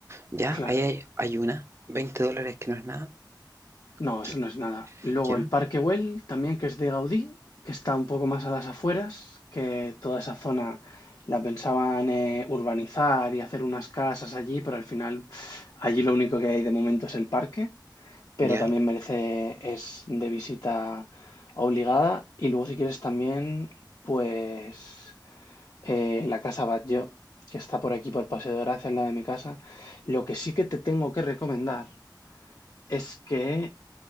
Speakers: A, on the right; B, on the left.
A: Ya,
B: claro.
A: ahí hay, hay una, 20 dólares que no es nada.
B: No,
A: ¿qué?
B: eso no es nada. Luego
A: que no,
B: el Parque Güell, también que es de Gaudí, que está un poco más a las afueras, que toda esa zona la pensaban eh, urbanizar y hacer unas casas allí, pero al final allí lo único que hay de momento es el parque, pero
A: Ya,
B: también merece, es de visita obligada. Y luego si quieres también, pues eh, la Casa Batlló, que está por aquí por Paseo de Gracia, al lado de mi casa. Lo que sí que te tengo que recomendar es que